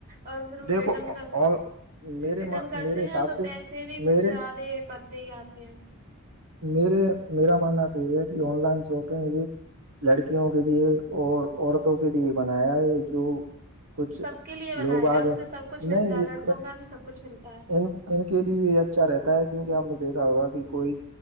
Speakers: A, on the right (about 45°); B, on the right (about 80°).
A: اور
B: دیکھو
A: ریٹرن کا
B: اور میرے
A: ریٹرن
B: ما-
A: کرتے
B: میرے حساب
A: ہیں تو
B: سے
A: پیسے بھی کچھ
B: میرے
A: زیادے پت دے ہی آتے ہیں
B: میرے میرا ماننا تو یہ ہے کہ آن لائن شک لڑکیوں کے لیے اور عورتوں کے لیے بنایا ہے جو کچھ
A: سب کے لیے بنایا
B: لوگ آ
A: اس
B: گئے
A: میں سب کچھ ملتا
B: نہیں
A: ہے
B: یہ-
A: لڑکوں کا بھی سب کچھ ملتا ہے
B: ان ان کے لیے یہ اچھا رہتا ہے کیونکہ ہم نے دیکھا ہوگا کہ کوئی